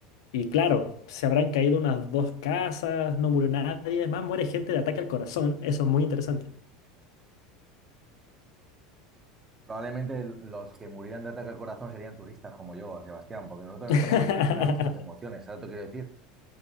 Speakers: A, on the left (about 80°); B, on the right (about 20°).
A: Y claro, se habrán caído unas dos casas, no murió nadie, es más muere gente de ataque al corazón, eso es muy interesante.
B: Probablemente los que murieran de ataque al corazón serían turistas como yo, Sebastián, porque nosotros no
A: <laughs>
B: estamos acostumbrados a estas emociones, ¿sabes lo que quiero decir?